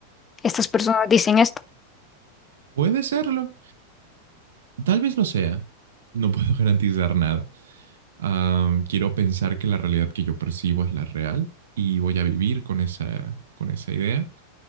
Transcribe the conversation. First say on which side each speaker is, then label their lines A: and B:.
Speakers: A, on the left; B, on the right.
A: estas personas dicen esto?
B: puede serlo, tal vez lo sea, no puedo <laughs> garantizar nada. Ah, quiero pensar que la realidad que yo percibo es la real y voy a vivir con esa, con esa idea.